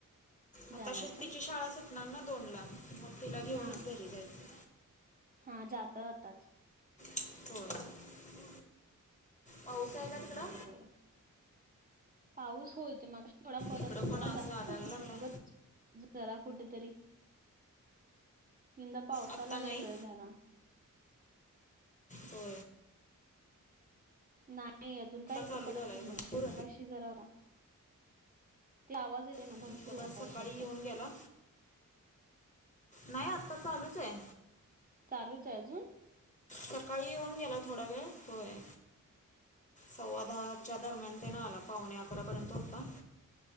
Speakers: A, on the right; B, on the left.
A: जाणार
B: आता शेतीची
A: का?
B: शाळा सुटणार ना दोन ला. मग तिला घेऊनच
A: हा
B: घरी जायचे
A: हा जात आताच
B: त पाऊस आहे का तिकडं
A: बरं बरं पाऊस होय ते मग थोडा पडत
B: इकडं
A: होता
B: पण आज
A: जास्तग
B: लागायला लागलाय
A: जरा कुठेतरी यंदा पावसालाला
B: आत्ता नाही
A: वेळ झाला
B: हो
A: नाही अजून काही इथे
B: चालू
A: पडत
B: झालाय
A: नाहीये
B: भरपूर
A: मगा शिजरावा ते आवाज येते ना
B: इथं
A: भरपूर होता
B: पण
A: पाऊस
B: सकाळी
A: वाटतं.
B: येऊन गेला नाही आत्ता चालूच आहे
A: चालूच आहे अजून
B: सकाळी येऊन गेला थोडा वेळ होय सव्वा दहाच्या दरम्यान ते न आला पावणे अकरापर्यंत होता